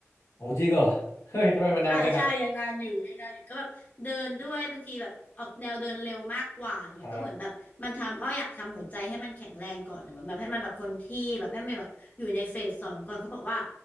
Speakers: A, on the left; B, on the left.
A: โอ้จริงเหรอ <laughs> เฮ้ยทำไมมันนานจังอะ
B: ใช่ใช่ยังนานอยู่ยังนานอยู่ก็แบบเดินด้วยบางทีแบบออกแนวเดินเร็วมากกว่าอย่างเงี้ยก็เหมือนแบบมันทำอ้ออยากทำหัวใจให้มันแข็งแรงก่อนอะแบบแบบให้มันแบบคนที่แบบให้มันแบบอยู่ในเฟสสองก่อนเขาบอกว่า
A: ครับ